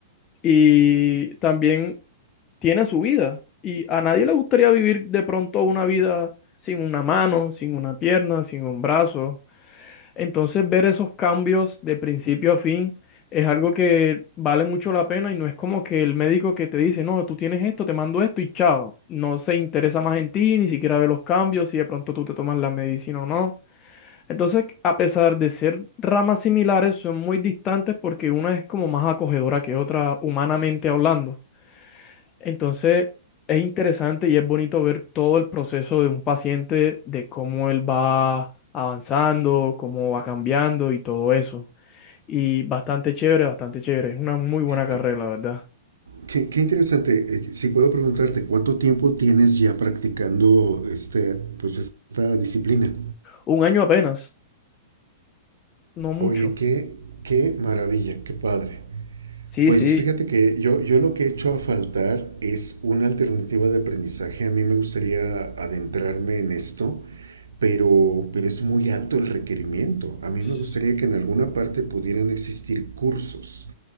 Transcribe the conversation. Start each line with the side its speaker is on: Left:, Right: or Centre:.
Left: y también tiene su vida. Y a nadie le gustaría vivir de pronto una vida sin una mano, sin una pierna, sin un brazo. Entonces, ver esos cambios de principio a fin es algo que vale mucho la pena y no es como que el médico que te dice, no, tú tienes esto, te mando esto y chao. No se interesa más en ti, ni siquiera ve los cambios, si de pronto tú te tomas la medicina o no. Entonces, a pesar de ser ramas similares, son muy distantes porque una es como más acogedora que otra, humanamente hablando. Entonces, es interesante y es bonito ver todo el proceso de un paciente, de cómo él va avanzando, cómo va cambiando y todo eso. Y bastante chévere, bastante chévere. Es una muy buena carrera,
Right: Qué,
Left: la verdad.
Right: qué- qué interesante. Eh, Si puedo preguntarte, ¿cuánto tiempo tienes ya practicando este, pues esta disciplina?
Left: Un año apenas, no mucho.
Right: Oye, qué, qué maravilla, qué padre.
Left: Sí,
Right: Pues
Left: sí.
Right: fíjate que yo, yo lo que he hecho a faltar es una alternativa de aprendizaje. A mí me gustaría adentrarme en esto, pero, pero es muy alto el requerimiento. A mí
Left: ps-
Right: me gustaría que en alguna parte pudieran existir cursos